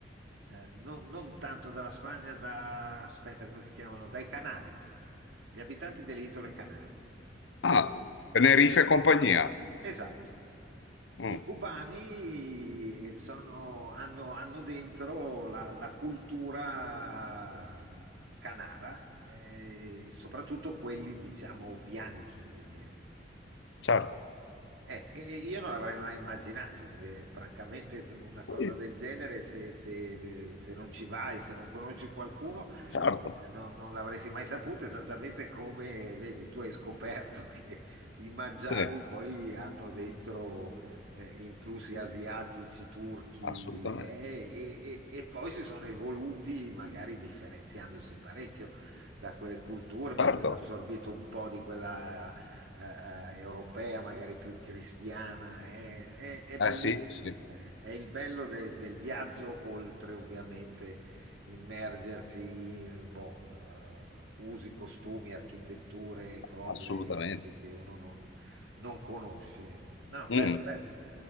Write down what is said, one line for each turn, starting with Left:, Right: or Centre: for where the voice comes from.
Right: eh, non, non tanto dalla Spagna, da, aspetta, come si chiamano? Dai Canari, gli abitanti delle isole Canarie. Tut-
Left: Ah, Tenerife e compagnia.
Right: esatto.
Left: Mm,
Right: I cubani sono- hanno, hanno dentro la, la cultura canara, eh, soprattutto quelli, diciamo, bianchi,
Left: certo.
Right: eh, e- e io non l'avrei mai immaginato, eh, francamente, t- una cosa
Left: Sì,
Right: del genere, se, se- eh, se non ci vai, se non conosci qualcuno,
Left: certo.
Right: eh, non, non l'avresti mai saputo, esattamente come, eh, vedi, tu hai scoperto <laughs> che i magiari
Left: Sì,
Right: poi hanno dentro eh, influssi asiatici, turchi,
Left: assolutamente.
Right: eh, e, e e poi si sono evoluti, magari differenziandosi parecchio da quelle culture, perché
Left: Certo.
Right: hanno assorbito un po' di quella eh, eh, europea, magari più cristiana, è, è- è
Left: Eh
Right: bellissimo.
Left: sì, sì,
Right: È, è il bello de- del viaggio, oltre ovviamente immergersi in boh, eh, usi, costumi, architetture, cose
Left: assolutamente.
Right: che, che- che uno non, non conosce. No, bello,
Left: Mm.
Right: bello.